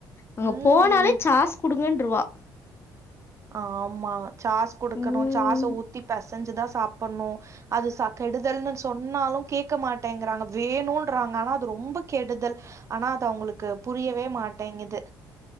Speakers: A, on the left; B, on the right.
A: அங்க
B: ம்
A: போனாலே சாஸ் குடுங்கன்ருவா
B: ஆமா சாஸ் குடுக்கணு
A: ம்.
B: சாஸ்ஸ ஊத்தி பெசஞ்சுதா சாப்பட்ணு அது ச கெடுதல்னு சொன்னாலு கேட்க மாட்டேங்கிறாங்க வேணும்ன்றாங்க ஆனா அது ரொம்ப கெடுதல் ஆனா அது அவங்களுக்கு புரியவே மாட்டேங்குது